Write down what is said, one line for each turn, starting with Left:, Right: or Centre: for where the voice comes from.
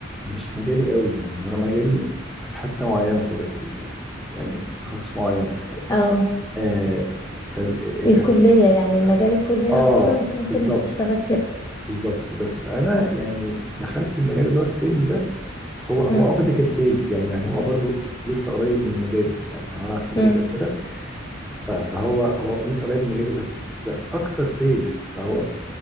Centre: مش مجالي قوي يعني وانا مجالي في حته معينه كده في ال- يعني في تخصص معين
Left: او
Centre: آه ف
Left: الكلية
Centre: بس
Left: يعني مجال الكلية
Centre: اه
Left: اصلا مش
Centre: بالظبط
Left: انك تشتغل كده
Centre: بالظبط بس انا يعني دخلت المجال اللي هو السيلز ده هو هو
Left: مم.
Centre: اه ميديكال سيلز يعني يعني هو برضو لسه قريب من مجالي يعني انا عشان ميديكال
Left: مم.
Centre: كده ف- فهو هو لسه قريب من مجالي بس اكتر سيلز فهو